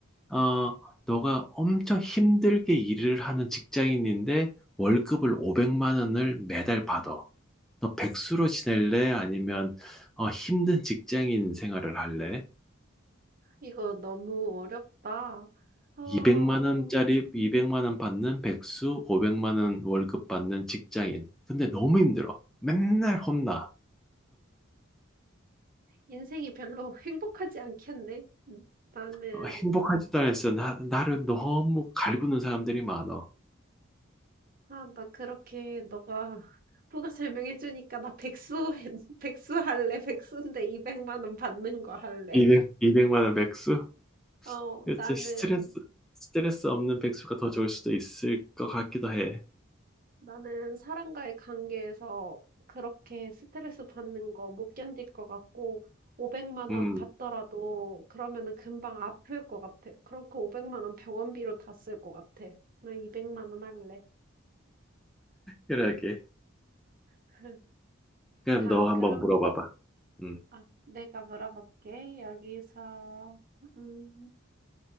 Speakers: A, in the centre; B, on the right.
A: 어, 너가 엄청 힘들게 일을 하는 직장인인데, 월급을 500만 원을 매달 받아. 너 백수로 지낼래? 아니면, 어, 힘든 직장인 생활을 할래?
B: 이거 너무 어렵다. 어,
A: 200만 원짜리 200만 원 받는 백수, 500만 원 월급 받는 직장인. 근데 너무 힘들어. 맨날 혼나.
B: 인생이 별로 <laughs> 행복하지 않겠네. 음, 나는,
A: 어, 행복하지도 않았어. 나, 나를 너무 갈구는 사람들이 많아.
B: 아, 나 그렇게 너가 누가 설명해주니까 나 백수, <laughs> 백수 할래. 백수인데 200만 원 받는 거 할래.
A: 200, 200만 원 백수?
B: 어,
A: 진짜
B: 나는
A: 스트레스, 스트레스 없는 백수가 더 좋을 수도 있을 것 같기도 해.
B: 나는 사람과의 관계에서 그렇게 스트레스 받는 거 못 견딜 것 같고, 500만
A: 음,
B: 원 받더라도 그러면은 금방 아플 것 같아. 그러니까 500만 원 병원비로 다 쓸 것 같아. 나 200만 원 할래.
A: 그러게.
B: <laughs>
A: 그럼
B: 자,
A: 너 한번
B: 그럼
A: 물어봐봐. 음.
B: 아, 내가 물어볼게. 여기서 음,